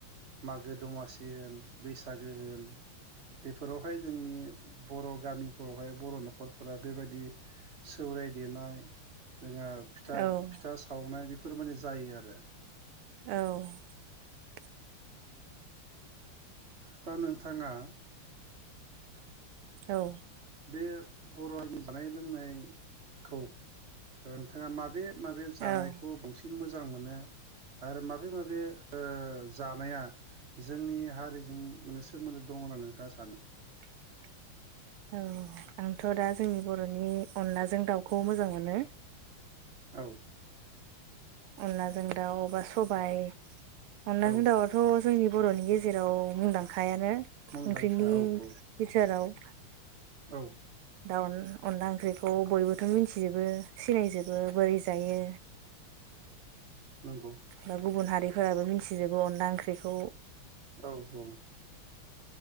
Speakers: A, on the right (about 40°); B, on the right (about 85°).
A: मागो दमासि होन बैसागो होन बेफोरावहाय जोंनि बर' गामिफोरावहाय बर' न'खरफोरा बेबायदि सौराय देनाय जोंहा फिथा
B: औ
A: फिथा सावनाय बेफोर माने जायो आरो।
B: औ
A: दा नोंथाङा
B: औ
A: बे बर'नि जानाय लोंनायखौ नोंथाङा माबे माबे
B: औ
A: जानायखौ बांसिन मोजां मोनो? आरो माबे माबे जानाया जोंनि हारिजों माने सोमोन्दो दंङो होननानै नोंथांङा सानो
B: <inaudible> औ आंथ' दा जोंनि बर'नि अनलाजों दाउखौ मोजां मोनो
A: औ
B: अनलाजों दाउबा सबाय अनलाजों
A: औ
B: दाउआथ' जोंनि बर'नि गेजेराव मुंदांखायानो
A: मुंदांखा
B: ओंख्रिनि
A: औ औ
B: भिथोराव
A: औ
B: दाउ अनला ओंख्रिखौ बयबोथ' मिथिजोबो सिनायजोबो बोरै जायो।
A: नंगौ
B: बा गुबुन हारिफोराबो मिथिजोबो अनला ओंख्रिखौ
A: औ औ